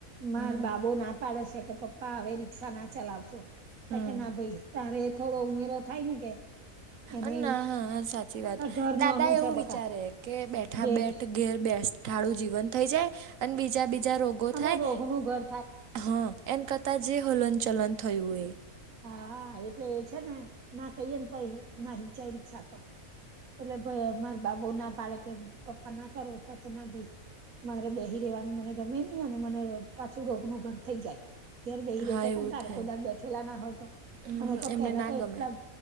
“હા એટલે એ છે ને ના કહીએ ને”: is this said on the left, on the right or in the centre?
Right